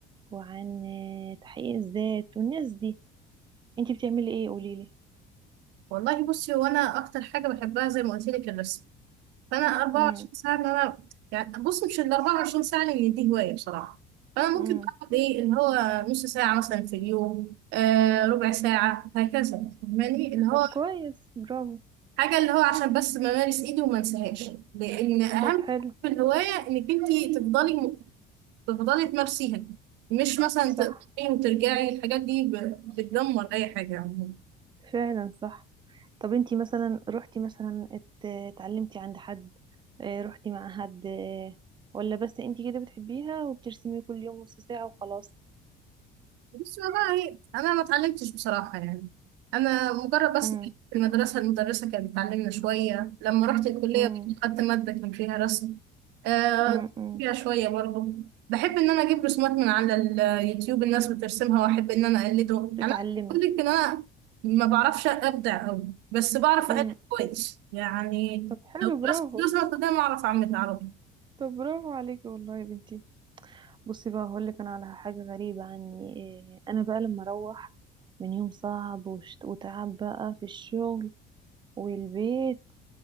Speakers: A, on the right; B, on the right.
A: وعن تحقيق الذات والناس دي انتي بتعملي ايه قوليلي
B: والله بصي هو أنا أكتر حاجة بحبها زي ما قلت لك الرسم فأنا 24
A: امم
B: ساعة إن أنا يعني بصي مش ال 24 ساعة لأن دي هواية بصراحة فأنا
A: امم
B: ممكن بقعد إيه اللي هو نص ساعة مثلا في اليوم آه ربع ساعة هكذا فاهماني اللي هو
A: طب كويس برافو
B: حاجة اللي هو عشان بس بمارس ايدي وما انساهاش لان اهم
A: طب حلو
B: حاجة في الهواية انك انت تفضلي تفضلي تمارسيها مش مثلا
A: صح
B: تقطعي وترجعي الحاجات دي ب- بتدمر اي حاجة عموما
A: فعلا صح طب انتي مثلا روحتي مثلا ات- اتعلمتي عند حد اه، روحتي مع حد اه، ولا بس انتي كده بتحبيها وبترسمي كل يوم نص ساعة وخلاص
B: بس والله انا ما اتعلمتش بصراحه يعني انا مجرد بس
A: امم
B: في المدرسه المدرسه كانت بتعلمنا شويه لما رحت الكليه
A: امم
B: برضه خدت ماده كان فيها رسم آه
A: امم
B: فيها شويه برضه بحب ان انا اجيب رسومات من على اليوتيوب الناس بترسمها واحب ان انا اقلده
A: تتعلمي
B: يعني انا بقول لك ان انا ما بعرفش ابدع قوي بس بعرف
A: امم
B: اقلد كويس يعني
A: طب حلو
B: لو
A: برافو
B: رسمت رسمه قدام اعرف اعملها على طول
A: طب برافو عليكي والله يا بنتي بصي بقى هقولك انا على حاجة غريبة عني اه، انا بقى لما اروح من يوم صعب وشت- وتعب بقى في الشغل والبيت